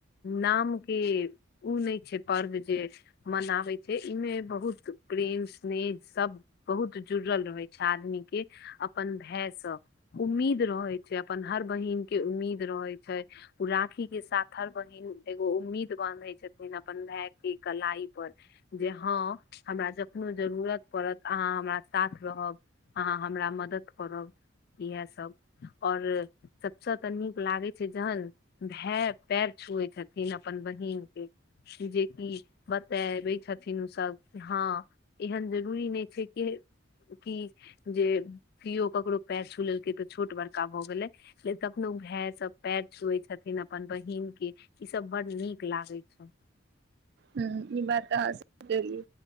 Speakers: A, on the left; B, on the right.
A: नाम के ओ नहि छै पर्व जे मनाबैत छै ई मे बहुत प्रेम स्नेह सब बहुत जुड़ल रहै छै आदमी के अपन भाय से उम्मीद रहै छै अपन हर बहिन के उम्मीद रहै छै ओ राखी के साथ हर बहिन एगो उम्मीद बानहे छथिन अपन भाय के कलाई पर जे हाँ हमरा जखनो जरूरत पड़त अहाँ हमरा साथ रहब अहाँ हमरा मदद करब इह सब आओर सबस तऽ नीक लागै छै जहन भाय पैर छुए छथिन अपन बहिनकके जेकि बताबै छथि छथिन ओसभ हाँ एहन जरूरी नहि छै कि की जे केओ ककरो पैर छु लेलकै तऽ छोट बड़का भऽ गेलै कखनो भाय सभ पैर छुएै छथिन अपन बहिनके ईसभ बड़ नीक लागै छै
B: हूँ ई बातऽ अहाँ सही कहलियै